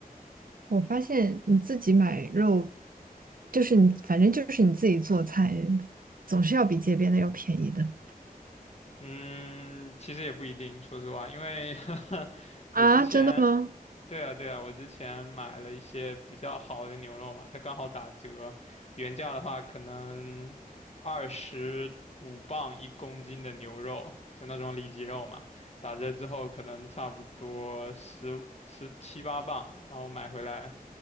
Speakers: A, on the right; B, on the left.
A: 我发现你自己买肉，就是你，反正就是你自己做菜，总是要比街边的要便宜的
B: 嗯，其实也不一定，说实话，因为 <laughs>
A: 啊！
B: 我之前
A: 真的吗？
B: 对啊，对啊，我之前买了一些比较好的牛肉嘛，它刚好打折，原价的话可能二十五磅一公斤的牛肉，就那种里脊肉嘛，打折之后可能差不多十十七八磅，然后买回来，